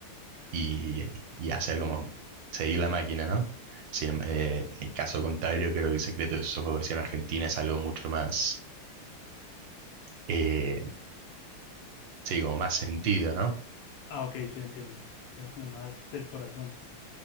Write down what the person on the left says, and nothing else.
Ah, ok, sí entiendo. O sea, como más del corazón.